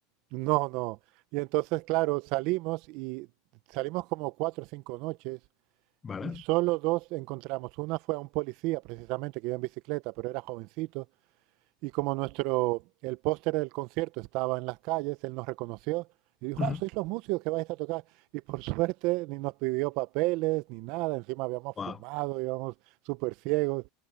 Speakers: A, on the right; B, on the left.
A: No, no. Y entonces, claro, salimos y salimos como cuatro o cinco noches
B: Vale.
A: y solo dos encontramos. Una fue a un policía, precisamente, que iba en bicicleta, pero era jovencito. Y como nuestro, el póster del concierto estaba en las calles, él nos reconoció y dijo,
B: Ujú.
A: ah, sois los músicos que vais a tocar. Y por suerte ni nos pidió papeles ni nada, encima habíamos
B: Guau.
A: fumado, íbamos súper ciegos.